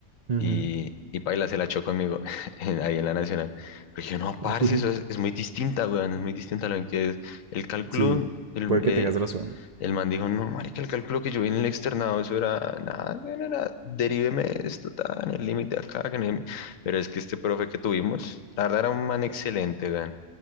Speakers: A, on the right; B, on the left.
A: ujú.
B: y, y paila se la echó conmigo <laughs> en- ahí en la Nacional. Porque yo, no, parce,
A: Uy,
B: eso es, es muy distinta, weón, es muy distinta a lo que es el cálculo.
A: sí,
B: El,
A: puede
B: eh,
A: que tengas razón.
B: el man dijo, no, marica, el cálculo que yo vi en el externado, eso era nada, no, no, nada, deríveme esto, tan, el límite acá, que no hay- Pero es que este profe que tuvimos, la verdad era un man excelente, weón.